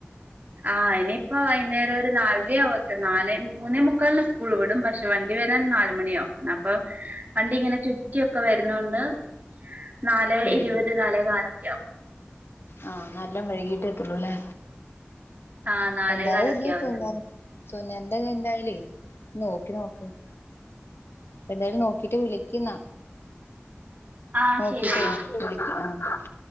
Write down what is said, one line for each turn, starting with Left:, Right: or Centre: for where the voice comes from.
Right: ആഹ് ഇനിപ്പോ വൈന്നെരം ഒരു നാലരയാവുമ്പോത്തിന് നാല് മൂന്നേ മുക്കാലിന് സ്കൂൾ വിടും പക്ഷെ... വണ്ടി വരാൻ നാലുമണിയാവും അപ്പൊ വണ്ടി ഇങ്ങനെ ചുറ്റിക്കെ വരുന്നൊണ്ട്... നാലെ
Left: വഴുകും
Right: ഇരുപത് നാലെ കാലൊക്കെയാവും
Left: ആഹ് നല്ല മെഴുകിട്ടെ എത്തള്ളൂല്ലേ
Right: ആ നാലേ
Left: എന്തായും
Right: കാലൊക്കെ
Left: ഇതി
Right: ആവത്തുള്ളൂ
Left: തുന്നൻ.. സോനന്റെത് എന്തായാലേ നോക്കി നോക്ക അപ്പൊ എന്തായാലും നോക്കിട്ട് വിളിക്കിന്നാ...
Right: ആ
Left: ഒക്കെ
Right: ശരി എന്നാ
Left: താങ്ക്യു പിന്നെ വിളിക്കാട്ടോ.